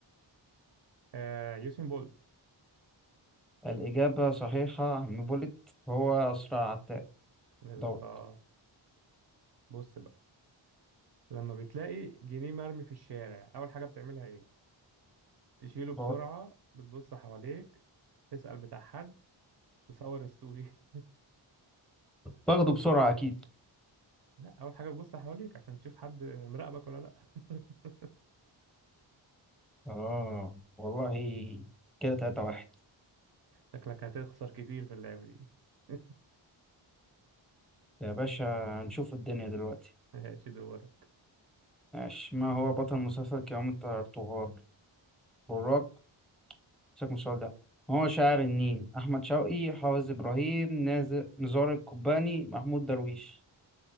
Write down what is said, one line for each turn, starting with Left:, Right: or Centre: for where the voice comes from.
Right: آه يوسين بولت
Centre: الإجابة صحيحة يا عم بوليت هو أسرع عداء
Right: بالظبط
Centre: دور
Right: بص بقى لما بتلاقي جنيه مرمي في الشارع اول حاجة بتعملها ايه تشيله بسرعة
Centre: دور
Right: بتبص حواليك تسأل بتاع حد تصور ستوري <laughs>
Centre: باخده بسرعة أكيد
Right: لا أول حاجة بتبص حواليك عشان تشوف حد مراقبك ولا لا <laughs>
Centre: آه والله كده تلاتة واحد
Right: شكلك هتخسر كتير في اللعبة دي <laughs>
Centre: يا باشا هنشوف الدنيا دلوقتي
Right: ماشي دورك
Centre: ماشي ما هو بطل مسلسل كرامة الترطغرل براق سيبك من السؤال ده هو شاعر النيل أحمد شوقي حافظ إبراهيم نازل نزار القباني محمود درويش